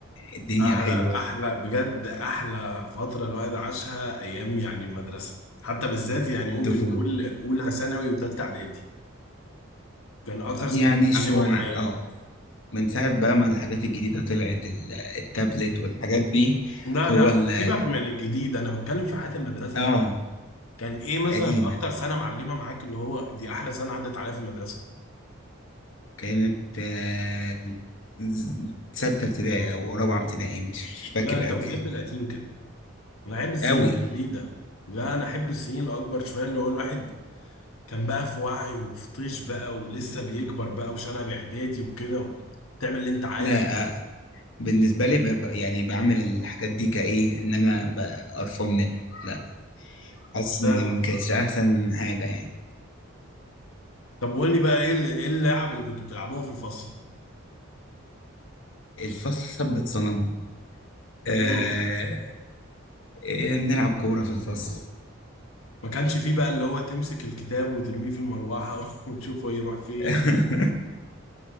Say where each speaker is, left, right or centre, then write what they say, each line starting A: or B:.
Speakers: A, on the left; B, on the left.
A: الدنيا
B: احلى
A: الحلوه
B: احلى بجد احلى فترة الواحد عاشها ايام يعني المدرسة حتى بالذات يعني ممكن
A: الطفوله
B: نقول اولى ثانوي وثالثة اعدادي كان اكتر سنة
A: يعني شويه
B: اتعلموا معايا
A: اه من ساعه بقى ما الحاجات الجديده طلعت ال- التابلت والحاجات دي
B: لا
A: هو ال
B: لا سيبك من الجديد انا بتكلم في حياة المدرسة
A: اه
B: انا كان ايه مثلا
A: قديمه
B: اكتر سنة معلمة معاك اللي هو دي احلى سنة عدت عليها في المدرسة
A: كانت آه، ز- سته ابتدائي او رابعه ابتدائي مش مش
B: لا
A: فاكر
B: انت
A: قوي
B: بتحب
A: يعني
B: القديم كده انا احب السنين
A: قوي
B: الجديده لا انا احب السنين الاكبر شويه اللي هو الواحد كان بقى في وعي وفي طيش بقى ولسه بيكبر بقى وشنب اعدادي وكده تعمل اللي انت عايزه
A: لا بالنسبة لي ب- ب- يعني بعمل الحاجات دي كإيه إن أنا ب- قرفان منها لا حاسس إن
B: لازم
A: ما كانتش أحسن حاجة يعني
B: طب قول لي بقى ايه ال- ايه اللعب اللي كنتوا بتلعبوها في الفصل
A: الفصل ثبت صنم آه...
B: امم
A: آه، بنلعب كورة في الفصل
B: ما كانش فيه بقى اللي هو تمسك الكتاب وترميه في المروحه <laughs> وتشوفه يروح فين
A: <laughs>